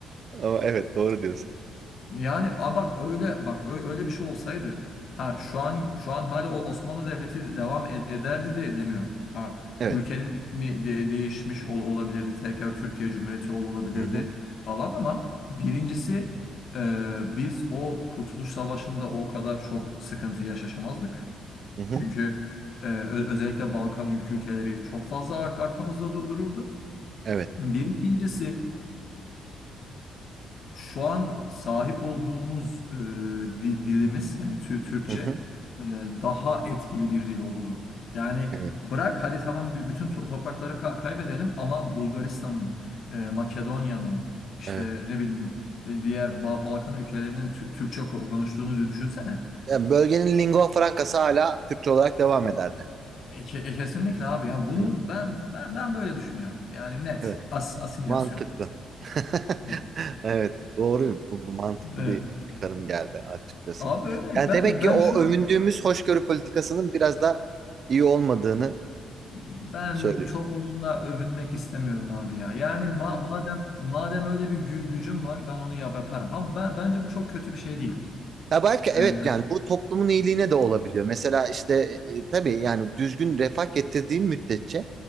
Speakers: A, on the right; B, on the left.
A: Ama evet, doğru diyorsun.
B: Yani a bak öyle bak ö- öyle bir şey olsaydı ha şu an şu an hala o Osmanlı Devleti devam ed- ederdi de demiyorum. Ha
A: Evet.
B: ülkenin ismi de- değişmiş ol- olabilirdi. Tekrar Türkiye Cumhuriyeti ol- olabilirdi
A: Hı hı.
B: falan ama birincisi e, biz o Kurtuluş Savaşı'nda o kadar çok sıkıntı yaşamazdık.
A: Hı hı.
B: Çünkü e, ö- özellikle Balkan ülke ülkeleri çok fazla ark arkamızda du- dururdu.
A: Evet.
B: Bir ikincisi şu an sahip olduğumuz e, di- dilimiz yani tü- Türkçe
A: Hı hı.
B: e, daha etkili bir dil ol- olurdu. Yani
A: Evet.
B: bırak hadi tamam bü- bütün to- toprakları ka- kaybedelim ama Bulgaristan'ın, e, Makedonya'nın işte
A: Evet.
B: ne bileyim e, diğer Ba- Balkan ülkelerinin Tü- Türkçe ko- konuştuğunu dü- düşünsene.
A: Yani bölgenin lingua francası hala Türkçe olarak devam ederdi.
B: E, ke- e, kesinlikle abi ya bunun
A: Evet.
B: ben ben ben böyle düşünüyorum. Yani net
A: Evet.
B: as asimilasyon.
A: Mantıklı. <laughs>
B: Evet.
A: Evet. Doğruyum. Bu bu mantıklı
B: Evet.
A: bir çıkarım geldi açıkçası.
B: Abi öyle
A: Yani
B: ben
A: demek ki
B: ben
A: o
B: şu an
A: övündüğümüz hoşgörü politikasının biraz da iyi olmadığını
B: Ben
A: söylüyor.
B: çok onunla övünmek istemiyorum abi ya. Yani ma- madem madem öyle bir gü- gücüm var ben onu yap yaparım. Ha ben bence bu çok kötü bir şey değil.
A: Ya belki evet
B: Ee,
A: yani bu toplumun iyiliğine de olabiliyor. Mesela işte e, tabii yani düzgün refah getirdiğin müddetçe